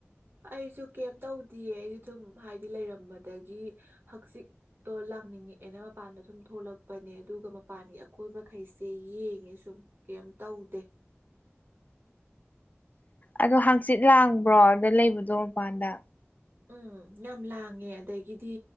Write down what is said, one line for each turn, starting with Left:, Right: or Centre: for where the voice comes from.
Right: ꯑꯩꯁꯨ ꯀꯩꯝ ꯇꯧꯗꯤꯌꯦ ꯑꯩꯁꯨ ꯑꯗꯨꯝ ꯍꯥꯏꯗꯤ ꯂꯩꯔꯝꯕꯗꯒꯤ ꯍꯛꯆꯤꯛ ꯇꯣ ꯂꯥꯡꯅꯤꯡꯉꯛꯑꯦꯅ ꯃꯄꯥꯟꯗ ꯗꯨꯝ ꯊꯣꯛꯂꯛꯄꯅꯦ ꯑꯗꯨꯒ ꯃꯄꯥꯟꯒꯤ ꯑꯀꯣꯏꯕꯈꯩꯁꯦ ꯌꯦꯡꯉꯦ ꯁꯨꯝ ꯀꯩꯝ ꯇꯧꯗꯦ
Left: ꯑꯗꯣ ꯍꯥꯡꯆꯤꯠ ꯂꯥꯡꯕ꯭ꯔꯣ ꯑꯗ ꯂꯩꯕꯗꯣ ꯃꯄꯥꯟꯗ
Right: ꯎꯝ ꯌꯥꯝ ꯂꯥꯡꯉꯦ ꯑꯗꯒꯤꯗꯤ